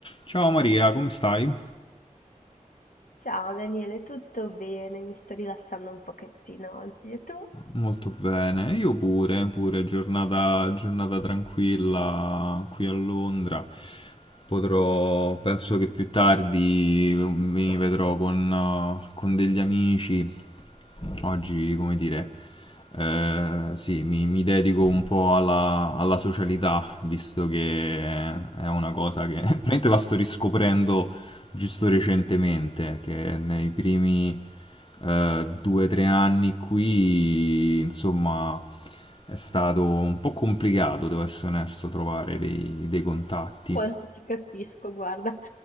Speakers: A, on the left; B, on the left.
A: Ciao Maria, come stai?
B: Ciao Daniele, tutto bene? Mi sto rilassando un pochettino oggi. E tu?
A: Molto bene, io pure, pure, giornata, giornata tranquilla qui a Londra. Potrò, penso che più tardi ehm, mi vedrò con, eh, con degli amici. Oggi, come dire, eh, sì, mi, mi dedico un po' alla, alla socialità, visto che è una cosa che <laughs> praticamente la sto riscoprendo giusto recentemente, che nei primi eh, due o tre anni qui, insomma, è stato un po' complicato, devo essere onesto, trovare dei, dei contatti.
B: Quanto ti capisco, guarda,